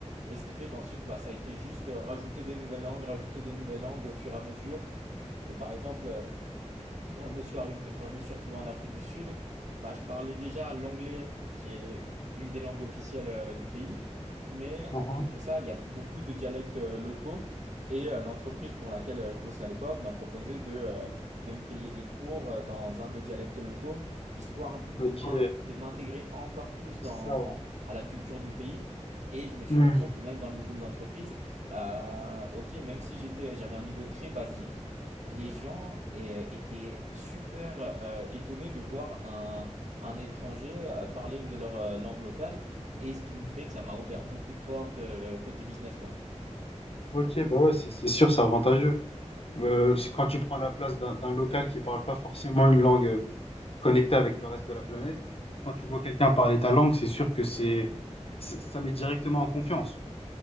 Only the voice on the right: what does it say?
et ce qui fait qu'ensuite bah, ça a été juste euh, rajouter des nouvelles langues, rajouter des nouvelles langues au fur et à mesure, et par exemple... euh, quand je me suis arri- quand je me suis retrouvé en Afrique du Sud, bah, je parlais déjà l'anglais qui est une des langues officielles euh, du pays, mais
en plus de ça, il y a beaucoup de dialectes euh, locaux et euh, l'entreprise pour laquelle euh, je bossais à l'époque m'a proposé de euh, de me payer des cours euh, dans un des dialectes locaux, histoire
de m'in- de m'intégrer encore plus dans
à la culture du pays. Et je me suis
rendu compte que même dans le milieu de l'entreprise, euh, ok, même si j'étais, j'avais un niveau très basique, les gens euh, étaient super euh, étonnés de voir un, un étranger euh, parler une de leurs euh, langues locales. Et ce qui me fait que ça m'a ouvert beaucoup de portes euh, côté business, quoi.